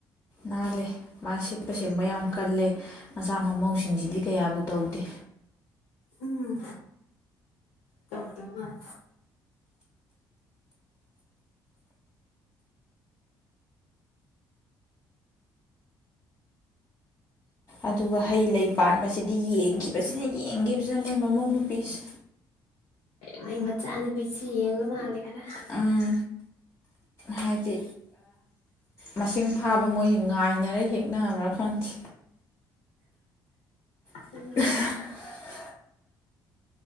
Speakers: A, on the left; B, on the left.
A: ꯅꯥꯜꯂꯦ ꯃꯥ ꯁꯤꯠꯄ ꯁꯦꯡꯕ ꯌꯥꯝ ꯀꯜꯂꯦ ꯃꯆꯥ ꯃꯎꯁꯤꯡꯁꯤꯗꯤ ꯀꯌꯥꯕꯨ ꯇꯧꯗꯦ
B: ꯎꯝ ꯇꯧꯔꯛꯇꯕ ꯃꯥꯜꯂꯦ
A: ꯑꯗꯨꯒ ꯍꯩ ꯂꯩ ꯄꯥꯟꯕꯁꯤꯗꯤ ꯌꯦꯡꯈꯤꯕꯁꯤꯅ ꯌꯦꯡꯈꯤꯕꯁꯤꯅ ꯃꯣꯏ ꯃꯃꯧ ꯅꯨꯨꯄꯤꯁꯦ
B: ꯃ ꯃ ꯆꯆꯥꯥꯟꯅꯤ ꯄꯁꯤ ꯌꯦꯉ ꯃꯥꯦ ꯈꯔꯦ
A: ꯎꯝ ꯍꯥꯏꯗꯤ ꯃꯁꯤꯡ ꯐꯥꯕ ꯃꯣꯏꯁ ꯉꯥꯏꯅꯔꯦ ꯍꯦꯛꯅꯕ꯭ꯔꯥ ꯈꯪꯗꯦ <inaudible>
B: ꯎꯝ